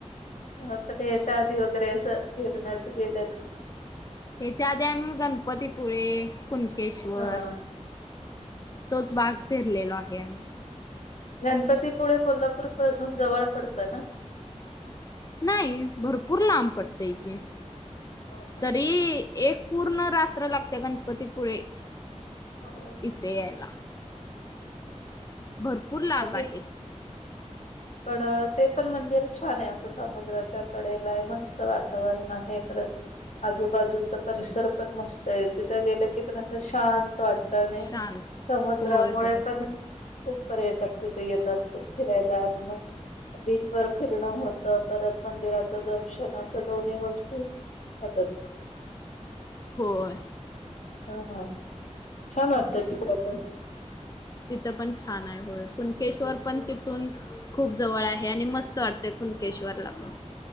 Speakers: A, on the left; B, on the left.
A: आपण याच्या आधी वगैरे असं फिरण्यात गेलेत का?
B: हच्या आधी आम्ही गणपतीपुळे, कुणकेश्वर
A: का? अ,
B: तोच बाग फिरलेलो आहे आम्ही.
A: गणपतीपुळे, कोल्हापूर पासून जवळ पडतं ना?
B: नाही, भरपूर लांब पडतय की.
A: हो का?
B: तरी एक पूर्ण रात्र लागते. गणपतीपुळे
A: हो.
B: इथ यायला. भरपूर लांब
A: मग ते
B: आहे.
A: पण ते पण मंदिर छान आहे. असं समुद्राच्या कडेला आहे. मस्त वातावरण आहे. परत, आजूबाजूचा परिसर पण मस्त आहे. तिथं गेलं की पण असं शांत वाटत. आणि
B: शांत
A: समुद्रामुळे
B: होय होय
A: पण खूप पर्यटक तिथे येत असतात फिरायला. आणि मग बीचवर फिरणं होतं, परत मंदिराचं दर्शन अस दोन्ही गोष्टी होतात.
B: होय.
A: ह ह छान वाटत तिथ पण.
B: तिथं पण छान आहे. होय. कुणकेश्वर पण तिथून खूप जवळ आहे. आणि मस्त वाटतय. कुणकेश्वरला पण